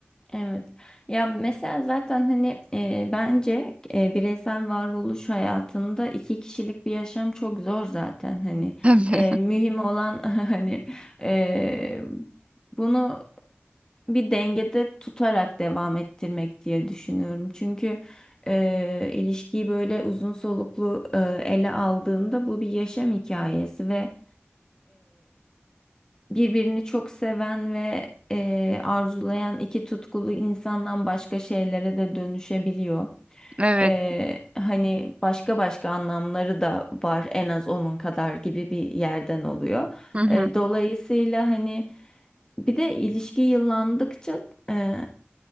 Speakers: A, on the left; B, on the right.
A: Evet. Ya mesela zaten hani e, bence e, bireysel varoluş hayatında iki kişilik bir yaşam çok zor zaten hani
B: <laughs> Tabii.
A: E, mühim olan <laughs> hani e, bunu bir dengede tutarak devam ettirmek diye düşünüyorum. Çünkü e, ilişkiyi böyle uzun soluklu e, ele aldığında bu bir yaşam hikayesi ve Birbirini çok seven ve e, arzulayan iki tutkulu insandan başka şeylere de dönüşebiliyor.
B: Evet.
A: E, hani başka başka anlamları da var en az onun kadar gibi bir yerden oluyor.
B: Hı hı.
A: E, dolayısıyla hani bir de ilişki yıllandıkça e,